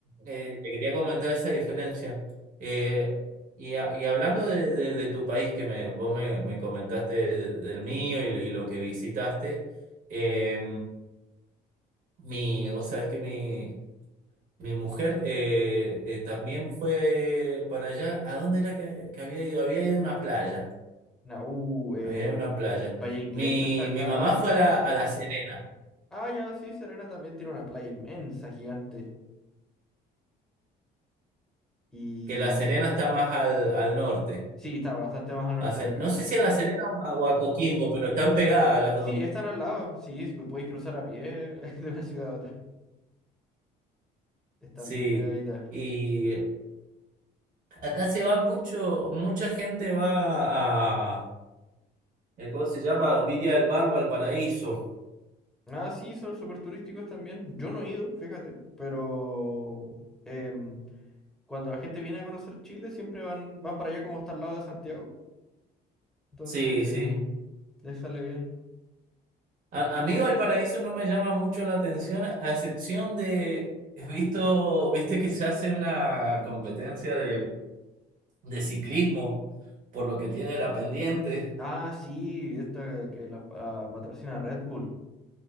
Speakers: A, on the right; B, in the centre.
A: eh, te quería comentar esa diferencia. Eh, y, a- y hablando de, de- de tu país, que me, vos me, me comentaste de- del mío y, lo y lo que visitaste, eh, mi, vos sabés que mi, mi mujer eh, eh, también fue para allá. ¿A dónde era que, que había ido? Había ido a una playa.
B: Na- uh, eh,
A: Había ido a una playa.
B: Bahía inglesa
A: Mi,
B: hasta acá.
A: mi mamá fue a la, a La Serena,
B: Ah, ya, sí, Serena también tiene una playa inmensa, gigante. Y
A: que La Serena está más al, al norte.
B: sí, está bastante más al norte
A: Hace-
B: de acá.
A: no sé si a La Serena o a, o a Coquimbo, pero están pegadas las
B: Sí,
A: dos.
B: están al lado. Sí, si me podéis cruzar a pie <laughs> de una ciudad a otra. Están
A: Sí.
B: bien pegaditas.
A: Y acá se va mucho, mucha gente va a, eh, ¿cómo se llama? Viria del Bar, Valparaíso.
B: Ah, sí, son súper turísticos también. Yo no he ido, fíjate, pero em, cuando la gente viene a conocer Chile, siempre van, van para allá como está al lado de Santiago. Entonces,
A: Sí, sí.
B: les sale bien.
A: A, a mí Valparaíso no me llama mucho la atención, a excepción de, he visto, viste que se hace una competencia de, de ciclismo, por lo que tiene la pendiente.
B: Ah, sí, esta que la pa- patrocina Red Bull.